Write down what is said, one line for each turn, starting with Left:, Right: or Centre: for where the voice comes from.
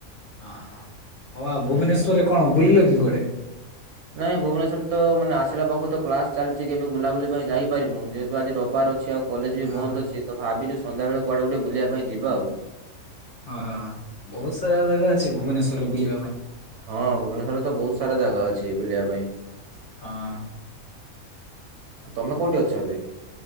Left: ଅହ ହ ହଉ ଆଉ ଭୁବନେଶ୍ଵରରେ
Right: ଆଚ୍ଛା
Left: କଣ ବୁଲିଲ କି କୁଆଡ଼େ?
Right: ନାଇଁ ଭୁବନେଶ୍ୱରରେ ତ ମାନେ ଆସିଲା ପାଖୁ ତ କ୍ଲାସ୍ ଚାଲିଚି କେବେ ବୁଲାବୁଲି ପାଇଁ ଯାଇପାରିନୁ ଯେହେ ଦୁ ଆଜି ରବିବାର ଅଛି ଆଉ କଲେଜ୍
Left: ହଁ
Right: ବି ବନ୍ଦ ଅଛି ତ ଭାବିଚୁ ସନ୍ଧ୍ୟା ବେଳେ କୁଆଡ଼େ ଗୋଟେ ବୁଲିବା ପାଇଁ ଯିବା ଆଉ।
Left: ହଁ ହଁ ହଁ ବୋହୁତ ସାରା ଜାଗା ଅଛି ଭୁବନେଶ୍ଵରେ ବୁଲିବା ପାଇଁ।
Right: ହଁ ଭୁବନେଶ୍ଵରେ ତ ବୋହୁତ ସାରା ଜାଗା ଅଛି ବୁଲିବା ପାଇଁ।
Left: ହଁ।
Right: ତମେ କୋଉଠି ଅଛ ଏବେ?